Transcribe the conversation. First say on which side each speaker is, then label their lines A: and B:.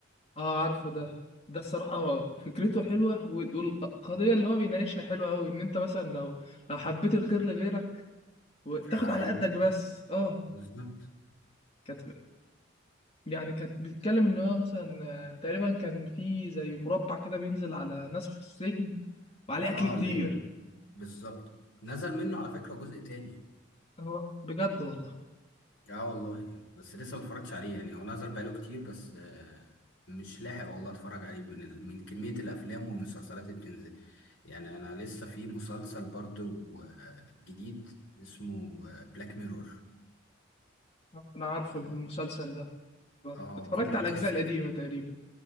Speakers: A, on the left (about 30°); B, on the left (about 80°).
A: اه عارفه ده ده الصراحة فكرته حلوة وال- والقضية اللي هو بيناقشها حلوة أوي إن أنت مثلا لو لو حبيت الخير لغيرك وتاخد
B: هيجي
A: على قدك بس اه
B: بالظبط
A: كانت يعني كانت بتتكلم إن هو مثلا آه، تقريبا كان في زي مربع كده بينزل على ناس في السجن وعليه
B: اه
A: أكل كتير
B: ليه بالظبط نزل منه على فكره جزء تاني
A: اه بجد والله
B: اه والله بس لسه ما اتفرجتش عليه يعني هو نزل بقاله كتير بس آه، مش لاحق والله اتفرج عليه من ال... من كمية الافلام والمسلسلات اللي بتنزل يعني انا لسه في مسلسل برضو آه، جديد اسمه بلاك ميرور
A: آه، أنا عارفه
B: اه
A: المسلسل ده
B: آه،
A: اتفرجت
B: كل
A: على
B: قصة
A: الأجزاء القديمة تقريبا